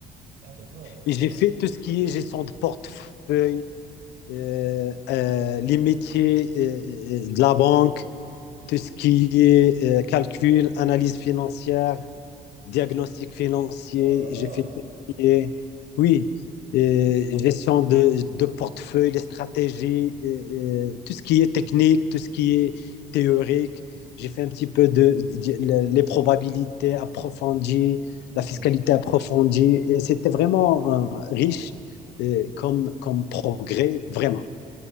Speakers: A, on the right (about 55°); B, on the left (about 85°).
A: Ah d'accord,
B: et j'ai
A: wow,
B: fait tout ce qui est gestion de portefeuille, euh, euh, les métiers euh, euh, de la banque, tout ce qui est euh, calcul, analyse financière diagnostic financier,
A: oh là
B: j'ai fait tout ce qui est- oui, euh, gestion de, de portefeuille, les stratégies, euh, euh, tout ce qui est technique, tout ce qui est théorique. J'ai fait un petit peu de, de- les probabilités approfondies,
A: là.
B: la fiscalité approfondie. Et c'était vraiment euh, riche euh, comme, comme progrès, vraiment.